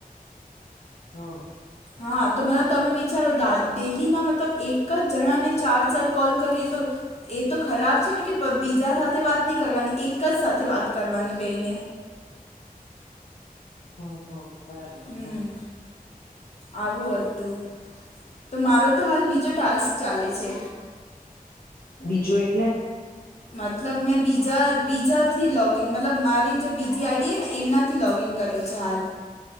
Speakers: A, on the left (about 75°); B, on the left (about 45°).
A: હમ
B: હા તો મને તમે વિચારો ડાલ ડેલી ના મતલબ એક જ જણાને ચાર ચાર કોલ કરીએ તો એ તો ખરાબ છે ને કે બીજા સાથે વાત નહી કરવાની એક જ સાથે વાત કરવાની બેઈને
A: હમ હમ હા
B: હમ આવું હતું તો મારો તો હાલ બીજો ટાસ્ક ચાલે છે
A: બીજું એટલે
B: મતલબ મેં બીજા બીજાથી લોગીન મતલબ મારી જે બીજી આઈડી હ ને એમનાથી લોગઈન કર્યો છે હાલ